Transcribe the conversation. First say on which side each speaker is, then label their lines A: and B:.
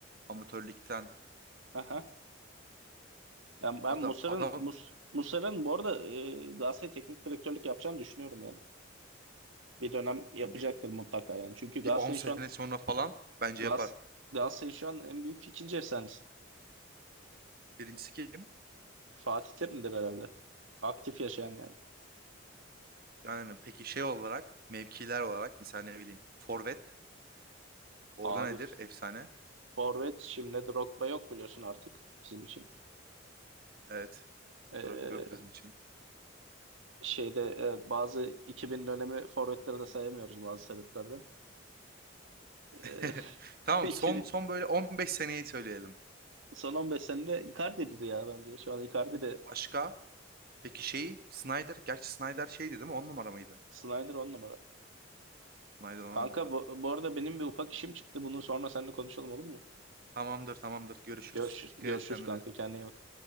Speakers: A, on the right; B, on the right.
A: amatörlükten.
B: Aha. Yani ben
A: Adam
B: Muslera'nın
A: adam
B: Mus Muslera'nın bu arada e, Galatasaray teknik direktörlük yapacağını düşünüyorum yani. Bir dönem yapacaktır
A: yani bir,
B: mutlaka yani. Çünkü Galatasaray'ın
A: bir 10 sene
B: şu an
A: sonra falan bence
B: Gas
A: yapar.
B: Galatasaray'ın şu an en büyük ikinci efsanesi.
A: Birincisi kim?
B: Fatih Terim'dir herhalde. Aktif yaşayan yani.
A: Yani peki şey olarak, mevkiler olarak mesela ne bileyim forvet orada
B: Abi
A: nedir? Efsane.
B: forvet şimdi Drogba yok biliyorsun artık bizim için.
A: Evet.
B: E,
A: Drop yok bizim için.
B: şeyde e, bazı 2000 dönemi forvetleri de sayamıyoruz bazı sebeplerden. E,
A: <laughs> Tamam
B: <laughs>
A: son
B: iki-
A: son böyle 15 seneyi söyleyelim.
B: son 15 senede Icardi'dir ya bence. Şu an Icardi de
A: Başka? Peki şeyi Snyder. Gerçi Snyder şeydi değil mi? 10 numara mıydı?
B: Snyder on numara.
A: Snyder 10
B: Kanka
A: numara.
B: bu, bu arada benim bir ufak işim çıktı. bunun sonra seninle konuşalım olur mu?
A: Tamamdır tamamdır. Görüşürüz.
B: Görüşürüz,
A: Dikkat
B: görüşürüz
A: et kendine.
B: kanka. Kendine iyi bak.